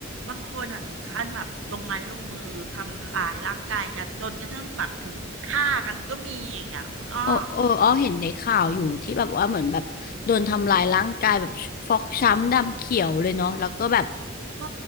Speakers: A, on the right; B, on the left.
A: บางคนอ่ะถึงขั้นแบบลงไม้ลงมือทำลายร่างกายกันจนกระทั่งแบบถึงฆ่ากันก็มีอย่างเงี้ยคุณอ้อ
B: โอ้โอ้อ้อเห็นในข่าวอยู่ที่แบบว่าเหมือนแบบโดนทำลายร่างกายแบบฟกช้ำดำเขียวเลยเนาะแล้วก็แบบ
A: เออ